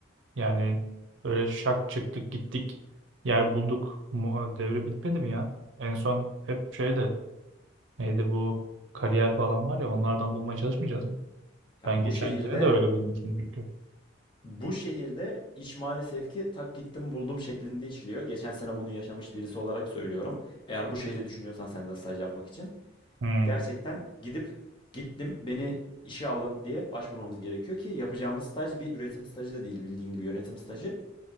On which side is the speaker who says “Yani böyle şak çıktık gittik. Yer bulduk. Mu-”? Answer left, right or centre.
Right